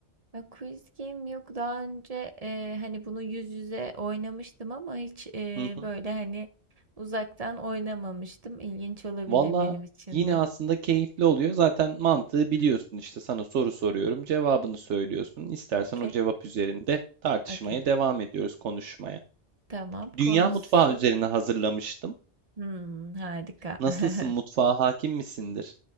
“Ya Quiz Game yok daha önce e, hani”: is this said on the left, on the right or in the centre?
Right